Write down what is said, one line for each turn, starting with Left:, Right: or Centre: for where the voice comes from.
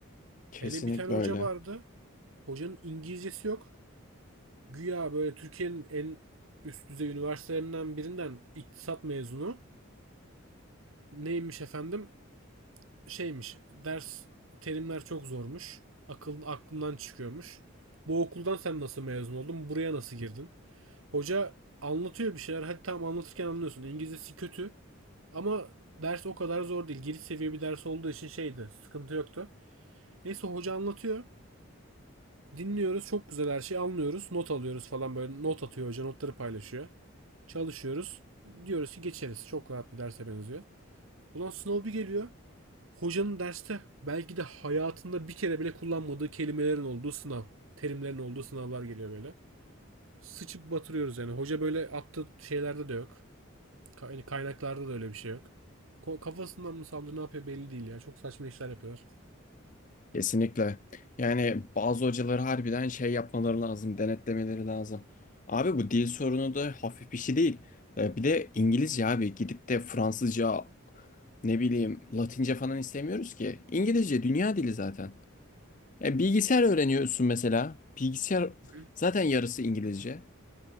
Left: Kesinlikle
Right: Hele bir tane
Left: öyle.
Right: hoca vardı hocanın İngilizcesi yok güya böyle Türkiye'nin en üst düzey üniversitelerinden birinden iktisat mezunu neymiş efendim şeymiş ders terimler çok zormuş akıl aklından çıkıyormuş bu okuldan sen nasıl mezun oldun buraya nasıl girdin Hoca anlatıyor bir şeyler. Hadi tamam anlatırken anlıyorsun. İngilizcesi kötü. Ama ders o kadar zor değil. Giriş seviye bir ders olduğu için şeydi. Sıkıntı yoktu. Neyse hoca anlatıyor. Dinliyoruz. Çok güzel her şeyi anlıyoruz. Not alıyoruz falan böyle. Not atıyor hoca. Notları paylaşıyor. Çalışıyoruz. Diyoruz ki geçeriz. Çok rahat bir derse benziyor. Ulan sınav bir geliyor. Hocanın derste belki de hayatında bir kere bile kullanmadığı kelimelerin olduğu sınav. Terimlerin olduğu sınavlar geliyor böyle. Sıçıp batırıyoruz yani. Hoca böyle attığı şeylerde de yok. Ka- hani kaynaklarda da öyle bir şey yok. Ko- kafasından mı saldı ne yapıyor belli değil ya. Çok saçma işler yapıyor.
Left: Kesinlikle. Yani bazı hocaları harbiden şey yapmaları lazım, denetlemeleri lazım. Abi bu dil sorunu da hafif bir şey değil. Ee, Bir de İngilizce abi gidip de Fransızca ne bileyim Latince falan istemiyoruz ki. İngilizce dünya dili zaten. Yani bilgisayar öğreniyorsun mesela. Bilgisayar
Right: Hı.
Left: zaten yarısı İngilizce.